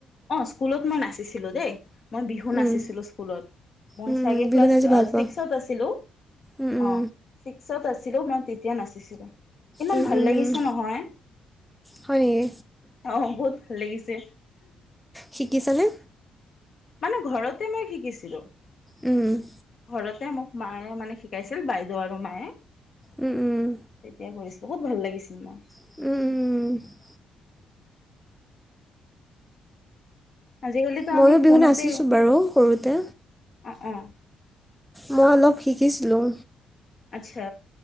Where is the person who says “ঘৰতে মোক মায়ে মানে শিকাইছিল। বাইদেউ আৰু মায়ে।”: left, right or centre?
Left